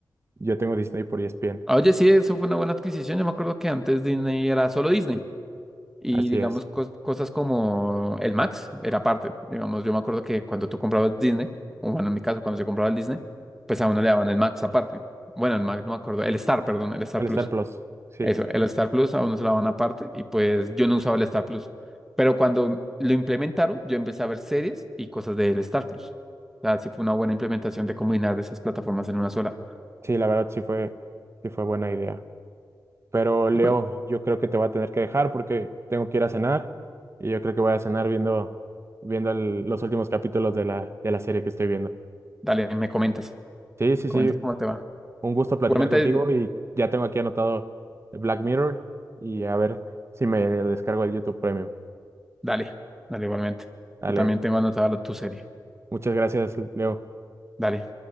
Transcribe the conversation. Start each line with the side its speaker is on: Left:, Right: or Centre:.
Right: yo tengo Disney por ESPN.
Centre: Oye, sí, eso fue una buena adquisición. Yo me acuerdo que antes Disney era solo Disney. Y
Right: Así
Centre: digamos,
Right: es.
Centre: cos- cosas como el Max era aparte. Digamos, yo me acuerdo que cuando tú comprabas Disney, o bueno, en mi caso, cuando yo compraba el Disney, pues a uno le daban el Max aparte. Bueno, el Max no me acuerdo, el Star, perdón, el Star
Right: El
Centre: Plus.
Right: Star Plus. Sí,
Centre: Eso, el Star Plus a uno se la van aparte y pues yo no usaba el Star Plus. Pero cuando lo implementaron, yo empecé a ver series y cosas del Star Plus. O sea, sí fue una buena implementación de combinar esas plataformas en una sola.
Right: sí, la verdad sí fue, sí fue buena idea. Pero Leo,
Centre: Y por-
Right: yo creo que te voy a tener que dejar porque tengo que ir a cenar y yo creo que voy a cenar viendo, viendo el- los últimos capítulos de la, de la serie que estoy viendo.
Centre: Dale, me comentas.
Right: Sí, sí,
Centre: Comentas
Right: sí,
Centre: cómo te va.
Right: un gusto platicar
Centre: Igualmente,
Right: contigo y ya tengo aquí anotado Black Mirror y a ver si me descargo el YouTube Premium.
Centre: dale, dale, igualmente.
Right: Dale,
Centre: Yo también tengo anotada la- tu serie.
Right: muchas gracias, Leo.
Centre: Dale.